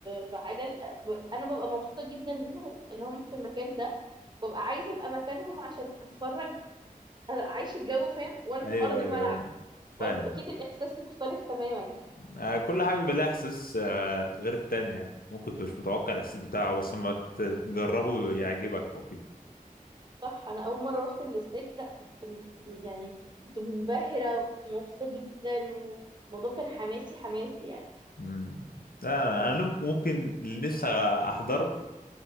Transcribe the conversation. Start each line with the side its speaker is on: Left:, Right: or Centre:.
Right: بعجل آه، ب- انا ببقى مبسوطه جدا ليهم ان هم في المكان ده ببقى عايزه ابقى مكانهم عشان اتفرج آه، اعيش الجو فاهم وانا
Left: ايوه
Right: في ارض الملعب
Left: ايوه ايوه فاهم
Right: برضه اكيد الاحساس مختلف تماما يعني
Left: آه كل حاجه بيبقى لها احساس آه غير التانية ممكن تبقى مش متوقع الاحساس
Right: صح
Left: بتاعه بس لما تجربه يعجبك او كده
Right: صح انا اول مره رحت الاستاد لا كنت م- يعني كنت منبهره وكنت مبسوطه جدا والموضوع كان حماسي حماسي يعني
Left: امم لا انا أنا ممكن ممكن
Right: م-
Left: اللي نفسي احضره